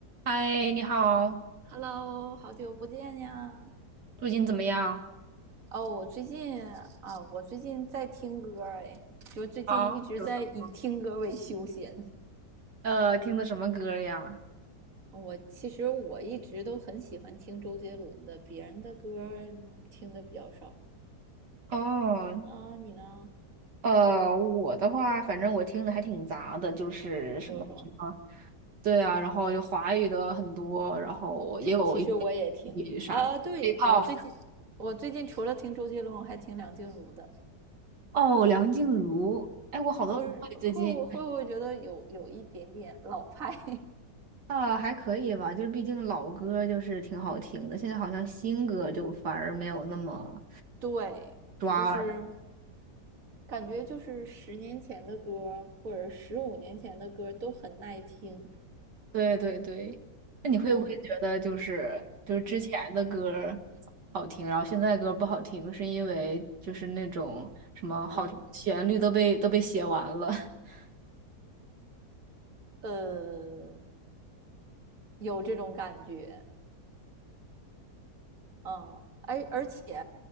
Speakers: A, on the right; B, on the right.
A: 嗨，你好，
B: Hello，好久不见呀！
A: 最近怎么样？
B: 哦，我最近啊，我最近在听歌儿哎，就最近一直在以听歌为休闲。
A: 好，有什么呃，听的什么歌呀？
B: 我其实我一直都很喜欢听周杰伦的，别人的歌儿嗯听的比较少。
A: 哦，
B: 啊，你呢？
A: 呃，我的话，反正我听的还挺杂的，就是什么什么，
B: 都有什么？
A: 对啊，然后有华语的很多，然后也有一些
B: 其实我也听啊，
A: 粤语啥
B: 对，
A: K-pop。
B: 我最近我最近除了听周杰伦，我还听梁静茹的。
A: 哦，梁静茹，哎，我好多朋友也最近，
B: 呃，会不会不会觉得有有一点点老派？
A: 呃，还可以吧，就是毕竟老歌就是挺好听的，现在好像新歌就反而没有那么
B: <laughs> 对，
A: 抓耳。
B: 就是。感觉就是十年前的歌或者十五年前的歌都很耐听，
A: 对对对，那你会不会觉得就是就是之前的歌儿
B: 嗯嗯
A: 好听，然后现在歌儿不好听，是因为就是那种什么好听的旋律都被都被写完了？
B: 嗯
A: <laughs>
B: 呃，有这种感觉，嗯，而而且，